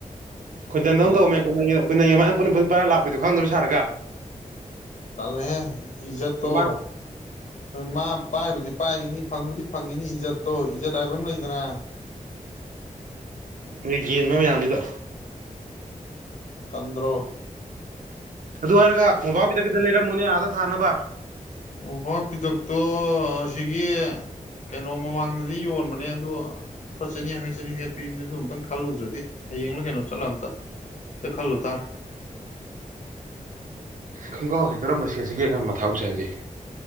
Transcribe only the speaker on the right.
ꯑꯩꯣꯏꯟꯗ ꯅꯪꯧꯝꯃꯦ
ꯑꯩꯣꯏ ꯀꯥꯏ ꯄꯨ ꯄꯨꯟ ꯄꯥꯏꯔ ꯂꯥꯛꯄꯤꯗꯣ ꯈꯪꯗꯕ ꯁꯥꯔꯒ
ꯃꯥꯅ
ꯅꯣꯏ ꯌꯦꯟꯕ ꯃꯌꯥꯝꯁꯤꯗ
ꯑꯗꯨ ꯍꯥꯏꯔꯒ ꯕꯕꯥꯎꯒꯤꯗ ꯀꯗ ꯂꯩꯔꯝꯃꯨꯅꯦ ꯑꯥꯗ ꯊꯥꯅꯕ
ꯈꯣꯡꯒ꯭ꯔꯥꯎꯁꯤ ꯀꯔꯝꯕ ꯁꯦꯠꯁꯤꯒꯦ ꯀꯔꯝꯕ ꯃ ꯊꯥꯕꯨ ꯁꯦ ꯍꯥꯏꯟꯁꯦ